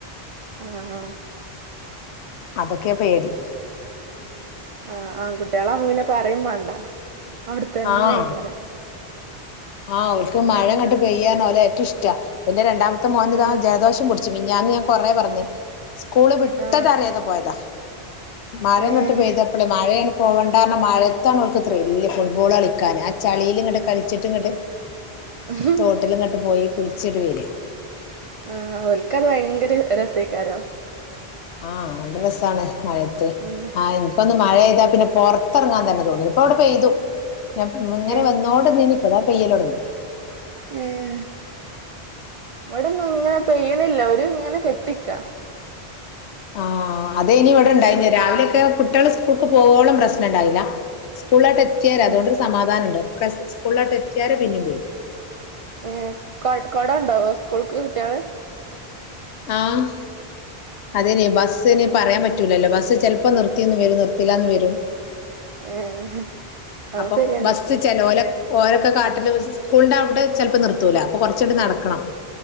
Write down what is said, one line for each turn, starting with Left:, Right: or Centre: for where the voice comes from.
Right: ആഹ് ആഹ്
Left: അതൊക്കെയാ പേടി
Right: ആഹ് ആൺകുട്ടികളാകുമ്പോപിന്നെപറയുംവേണ്ട, അവിടത്തന്നെ
Left: ആഹ്
Right: ആയിക്കാരം
Left: ആഹ് ഓൽക് മഴ അങ്ങട്ട് പെയ്യാന് ഓല ഏറ്റു ഇഷ്ട പിന്നെ രണ്ടാമത്തെ മോന്
Right: ആ
Left: താ ജലദോഷം പുട് ച്ചിമി മിഞാന്ന് ഞാൻ കൊറെ പറഞ്ഞ് സ്കൂള് വിട്ടത
Right: ആ
Left: അറിയാതെ പോയതാ. മഴ
Right: ഏഹ്
Left: ഇങ്ങട്ട് പെയ്തപ്പളെ മഴയ പോകേണ്ടാന്നറിഞ്ഞ മഴത്താണ് ഓൽക്ക് ത്രില്ല് ഫുട്ബോൾ കളിക്കാന് ആ ചളിയില് ഇങ്ങട്ട് കളിച്ചിട്ട് ഇങ്ങട്ട്.
Right: ഉ ഹും
Left: തോട്ടിലിങ്ങോട്ട് പോയി കുളിച്ചിട്ട് വരാ.
Right: ആഹ് അവൽക്കത് ഭയങ്കര രസക്കാരം.
Left: ആഹ് നല്ല രസാണ് മഴയത്ത്
Right: ഉം
Left: ആ ഇപ്പൊ ഒന്ന് മഴ പെയ്താൽ പിന്നെ പൊറത്തിറങ്ങാൻ തന്നെ തോന്നുല. ഇപ്പൊ ഇവിടെ പെയ്തു ഞാൻ ഇങ്ങനെ
Right: ഏഹ്
Left: വന്നോണ്ട് നിന്നീനി. ഇപ്പതാ പെയ്യലോട്ങ്ങി.
Right: ഉം ഇവിടൊന്നും ഇങ്ങനെ പെയ്യണില്ല ഒരു ഇങ്ങനെ കെട്ടിക്കാ
Left: ആഹ അത് ഏനി ഇവിടെ ഇണ്ടായിന്നെ
Right: അങ്ങനെ
Left: രാവിലെ ഒക്കെ കുട്ട്യേള സ്കൂൾക്ക് പോകോളും പ്രശ്നം ഇണ്ടായില്ല സ്കൂളിലട്ട് എത്തിയേ
Right: ഏഹ്
Left: അതുകൊ സമാധാന ഉണ്ട് ഒെ സ്കൂളിലോട്ട് എത്തിയാല് പിന്നും പേരും
Right: ഏ കൊടണ്ടാവോ സ്കൂൾക്ക് കുട്ട്യോള്
Left: ആഹ് അതിനി
Right: ഏഹ്
Left: ബസ്സിന് പറയാൻ പറ്റൂലല്ലോ ബസ്സ് ചെലപ്പോ നിർത്തിന്ന് വരും നിർത്തിയില്ലാന്ന് വരും
Right: ഏഹ് അത്
Left: അപ്പൊ
Right: ശരിയാണ്
Left: ബസ് ചില ഓല ഓരൊക്കെ കാട്ടില് സ്കൂളിന്റെ അവിടെ ചിലപ്പോ നിർത്തൂല അപ്പൊ കൊറച്ചൂടി നടക്കണം